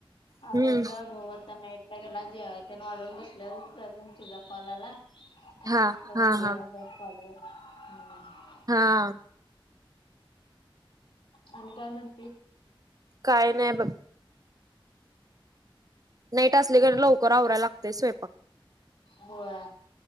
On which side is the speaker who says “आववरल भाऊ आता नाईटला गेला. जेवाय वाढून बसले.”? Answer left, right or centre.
Left